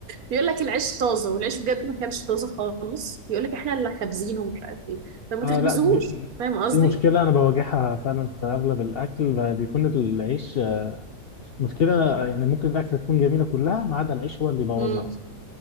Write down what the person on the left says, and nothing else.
اه
لا دي,
دي مشكلة أنا بواجهها فعلا في أغلب الأكل ب- بيكون العيش مشكلة يعني ممكن الأكلة تكون جميلة كلها ما عدا العيش هو اللي بيبوظها
أصلا